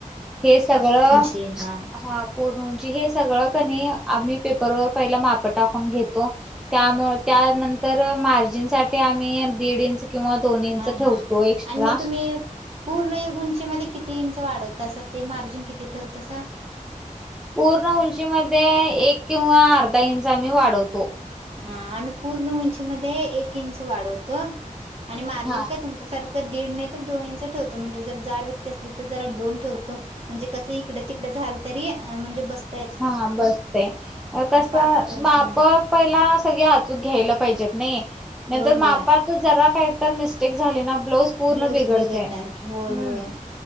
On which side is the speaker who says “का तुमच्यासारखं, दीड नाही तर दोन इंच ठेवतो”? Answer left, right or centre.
Right